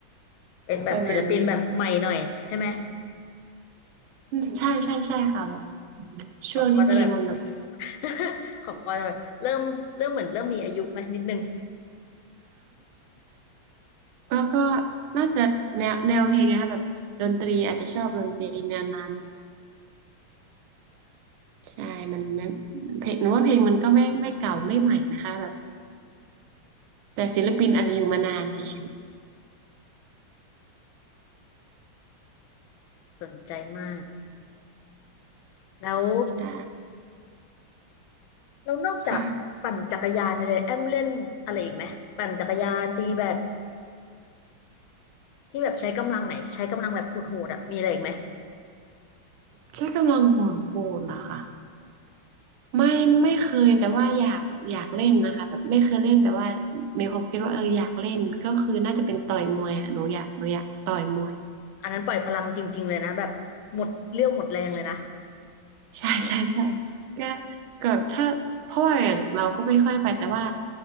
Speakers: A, on the left; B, on the right.
A: เป็นแบบศิลปินแบบใหม่หน่อยใช่ไหม
B: ประมาณนี้อืมใช่ใช่ใช่ค่ะแบบช่วงที่เพลงมันแบบ
A: ของปอจะแบบ <laughs> ของปอจะแบบเริ่มเริ่มเหมือนเริ่มมีอายุไหมนิดนึง
B: <laughs> ก็ก็น่าจะแนวแนวเพลงนะคะแบบดนตรีอาจจะชอบดนตรีแนวนั้นใช่มันไม่เพลงหนูว่าเพลงมันก็ไม่ไม่เก่าไม่ใหม่นะคะแบบแต่ศิลปินอาจจะอยู่มานานเฉย
A: <laughs> สนใจมาก แล้ว
B: ๆใช่
A: แล้วนอกจากปั่นจักรยานเนี่ยแอมเล่นอะไรอีกไหมปั่นจักรยานตีแบด
B: ค่ะ
A: ที่แบบใช้กำลังไหนใช้กำลังแบบโหดๆอ่ะมีอะไรอีกไหม
B: ใช้กำลังโหดโหดเหรอคะ ไม่ไม่เคยแต่ว่าอยากอยากเล่นนะคะแบบไม่เคยเล่นแต่ว่ามีความคิดว่าเอออยากเล่นก็คือน่าจะเป็นต่อยมวยอ่ะหนูอยากหนูอยากต่อยมวย
A: อืมอันนั้นปล่อยพลังจริงๆเลยนะแบบหมดเรี่ยวหมดแรงเลยนะ
B: ใช่ใช่ใช่ก็ก็ถ้าเพราะว่าอย่างเราก็ไม่ค่อยได้ไปแต่ว่า